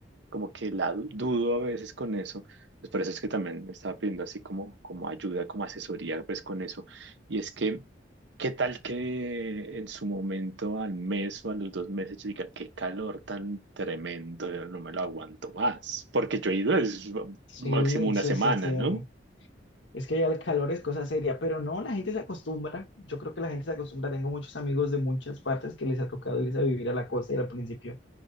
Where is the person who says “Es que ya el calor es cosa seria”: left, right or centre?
Left